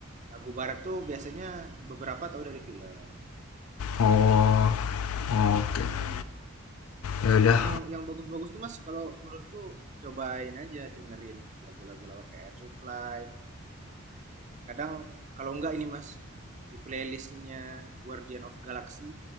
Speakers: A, on the right; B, on the left.
A: lagu barat tuh biasanya beberapa tahu dari film.
B: oh oh oke Okay.
A: Hmm.
B: ya udah
A: Yang yang bagus-bagus tuh Mas, kalau menurutku cobain aja dengerin gitu, lagu-lagu lawan kayak Air Supply, kadang kalau enggak ini mas di playlistnya Guardian of Galaxy